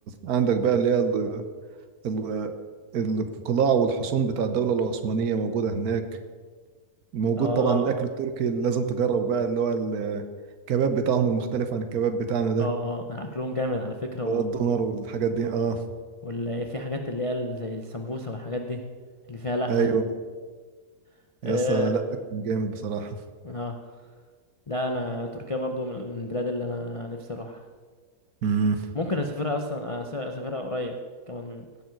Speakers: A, on the right; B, on the left.
A: عندك بقى اللي هي ال... ال... القلاع والحصون بتاع الدوله العثمانيه موجوده هناك موجود
B: اه
A: طبعا الاكل التركي اللي لازم تجربه بقى اللي هو ال- الكباب بتاعهم المختلف عن الكباب بتاعنا ده
B: اه انا اكلهم جامد على فكره
A: بقى الدونر والحاجات دي اه
B: ولا في حاجات اللي هي ال- زي السمبوسة والحاجات دي اللي فيها لحمة
A: ايوه
B: دي <laughs> اه
A: يا اسطى لا اكل جامد بصراحه
B: اه لا انا تركيا برضو من البلاد اللي انا نفسي اروحها
A: امم
B: ممكن اسافرها اصلا أس- اسافرها قريب كمان